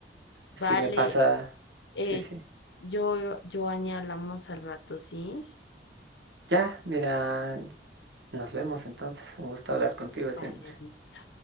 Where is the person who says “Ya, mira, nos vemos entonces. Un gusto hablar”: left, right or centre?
Right